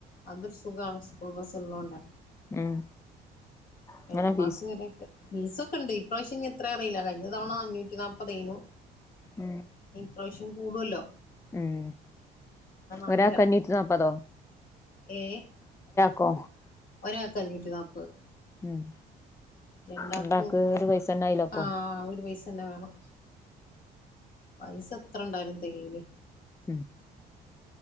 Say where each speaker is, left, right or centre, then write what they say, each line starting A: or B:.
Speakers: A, on the left (about 55°); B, on the left (about 15°).
A: അന്നൊരുസ് സുഖാണ് സ്കൂൾ ബസ്സ് ഉള്ളോണ്ടേ
B: ഉം എങ്ങനെ
A: ഏഴാം ക്ലാസ്
B: ഫീസ്
A: വരെയൊക്കെ ഫീസൊ ക്കെണ്ട് ഇപ്രാവശ്യം ഇനി എത്രാ അറിയില്ല കഴിഞ്ഞ തവണ അഞ്ഞൂറ്റ നാപ്പതയിനു
B: ഉം
A: ഇപ്രാവശ്യം കൂടൂല്ലോ
B: ഉം
A: അറിയില്ല
B: ഒരാക്ക് അഞ്ഞൂറ്റി നാപ്പതോ
A: ഏ
B: കോ
A: ഒരാക്ക് അഞ്ഞൂറ്റി നാപ്പത്
B: ഉം
A: രണ്ടാക്കും
B: രണ്ടാക്ക് ഒരു പൈസന്നെ ആയില്ല അപ്പൊ
A: ആഹ് ഒരു പൈസന്ന വേണം പൈസ എത്ര ഉണ്ടായാലും തെകയൂലേ
B: ഉം